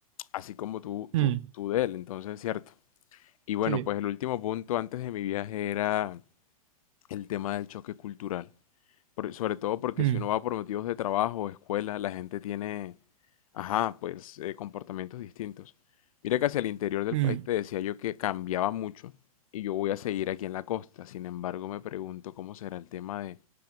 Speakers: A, on the left; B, on the right.
A: así como tú,
B: Mm,
A: tú, tú de él, entonces, ¿cierto? Y bueno,
B: sí.
A: pues el último punto antes de mi viaje era el tema del choque cultural por- sobre todo porque
B: Mm,
A: si uno va por motivos de trabajo o escuela, la gente tiene, ajá, pues eh, comportamientos distintos. Mira que hacia el interior del
B: mm,
A: país te decía yo que cambiaba mucho y yo voy a seguir aquí en la costa. Sin embargo, me pregunto cómo será el tema de,